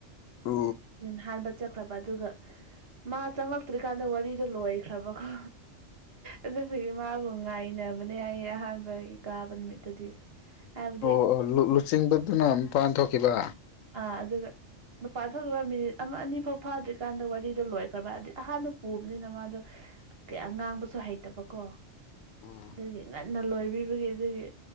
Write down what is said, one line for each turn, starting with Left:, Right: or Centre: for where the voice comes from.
Left: ꯎ
Right: ꯏ ꯍꯥꯟꯕ ꯆꯠꯈ꯭ꯔꯕ ꯑꯗꯨꯒ ꯃꯥ ꯆꯪꯂꯛꯇ꯭ꯔꯤꯀꯥꯟꯗ ꯋꯥꯔꯤꯗꯣ ꯂꯣꯏꯈ꯭ꯔꯕꯀꯣ ꯑꯗꯨꯕꯨꯒꯤ ꯃꯥꯕꯨ ꯉꯥꯏꯅꯕꯅꯦ ꯑꯩ ꯑꯍꯥꯟꯕꯒꯤ ꯀꯥꯕ ꯅꯨꯃꯤꯠꯇꯗꯤ ꯍꯥꯏꯕꯗꯤ
Left: ꯑꯣ ꯑꯣ ꯂꯨꯆꯤꯡꯕꯗꯨꯅ ꯃꯄꯥꯟ ꯊꯣꯛꯈꯤꯕ
Right: ꯑ ꯑꯗ ꯃꯄꯥꯟ ꯊꯣꯛꯈꯤꯕ ꯃꯤꯅꯤꯠ ꯑꯃ ꯑꯅꯤ ꯐꯥꯎ ꯐꯥꯗ꯭ꯔꯤꯀꯥꯟꯗ ꯋꯥꯔꯤꯗꯣ ꯂꯣꯏꯈ꯭ꯔꯕ ꯍꯥꯏꯕꯗꯤ ꯑꯍꯥꯟꯕ ꯄꯨꯕꯅꯤꯅ ꯃꯥꯗꯣ ꯑ ꯉꯥꯡꯕꯁꯨ ꯍꯩꯇꯕꯀꯣ
Left: ꯎꯝ
Right: ꯑꯗꯨꯒꯤ ꯅ ꯂꯣꯏꯕꯤꯕꯒꯤ ꯑꯗꯨꯒꯤ